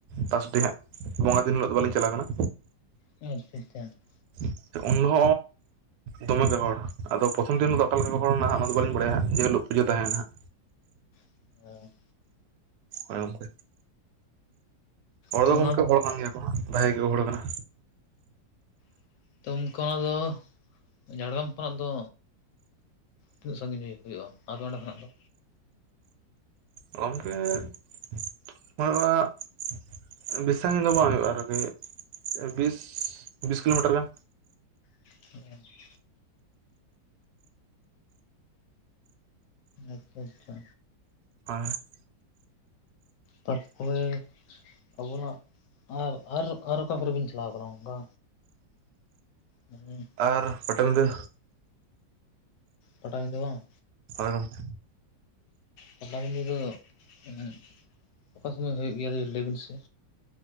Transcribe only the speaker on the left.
ᱟᱪᱪᱷᱟ ᱟᱪᱪᱷᱟ <unintelligible>
ᱦ <unintelligible>
ᱛᱚ
ᱚᱱᱟ
<inaudible> ᱚᱱᱠᱟ ᱫᱚ ᱡᱷᱟᱲᱜᱨᱟᱢ ᱠᱷᱚᱱᱟᱜ ᱫᱚ ᱛᱤᱱᱟᱹᱜ ᱥᱟᱺᱜᱤᱧ ᱦᱩᱭᱩᱜᱼᱟ ᱟᱯᱮ ᱚᱸᱰᱮ ᱠᱷᱚᱱᱟᱜ ᱫᱚ
<inaudible> ᱟᱪᱪᱷᱟ ᱟᱪᱪᱷᱟ
ᱛᱟᱨᱯᱚᱨᱮ ᱟᱵᱚᱱᱟᱜ ᱟᱨ ᱟᱨ ᱟᱨ ᱚᱠᱟ ᱠᱚᱨᱮᱵᱤᱱ ᱪᱟᱞᱟᱣ ᱠᱟᱱᱟ ᱚᱱᱠᱟ ᱦᱮᱸ
ᱯᱟᱴᱟᱵᱤᱸᱫᱟᱹ ᱵᱟᱝ
ᱯᱟᱴᱟᱵᱤᱸᱫᱟᱹ ᱫᱚ ᱮᱸ ᱚᱠᱟ ᱥᱚᱢᱚᱭ ᱦᱩᱭᱩᱜ ᱜᱮᱭᱟ ᱞᱟᱹᱭ ᱵᱤᱱ ᱥᱮ